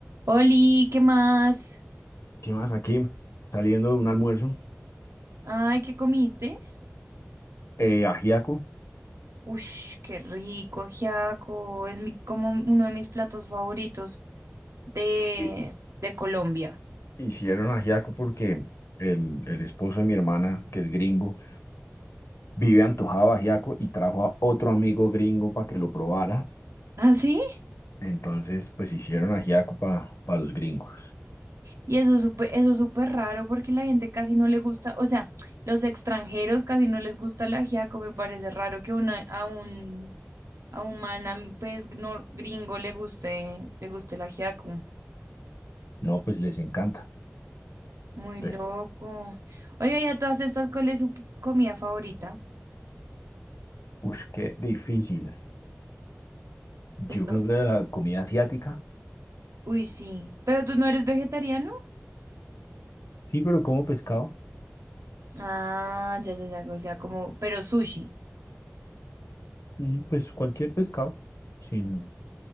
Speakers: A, on the right (about 85°); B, on the left (about 70°).
A: Oli, ¿qué más?
B: ¿Qué más aquí? Saliendo de un almuerzo,
A: Ay, ¿qué comiste?
B: eh, ajiaco.
A: Ush, qué rico, ajiaco. Es mi, como uno de mis platos favoritos de,
B: Sí,
A: de Colombia.
B: Hicieron ajiaco porque el, el esposo de mi hermana, que es gringo, vive antojado de ajiaco y trajo a otro amigo gringo para que lo probara.
A: <laughs> ¿Ah, sí?
B: Entonces, pues hicieron ajiaco para los gringos.
A: Y eso es súper, eso es súper raro porque la gente casi no le gusta, o sea, los extranjeros casi no les gusta el ajiaco. Me parece raro que una, a un, a un man, am- pues, gno- gringo le guste, le guste el ajiaco.
B: No, pues les encanta.
A: Muy
B: Entonces,
A: loco. Oiga, ¿y a todas estas, ¿cuál es su p- comida favorita?
B: uff, qué difícil. Yo
A: de todo?
B: creo que la comida asiática,
A: Uy, sí. Pero tú no eres vegetariano.
B: sí, pero como pescado,
A: Ah, ya, ya, ya. O sea, como, pero sushi.
B: mm, pues cualquier pescado, sin,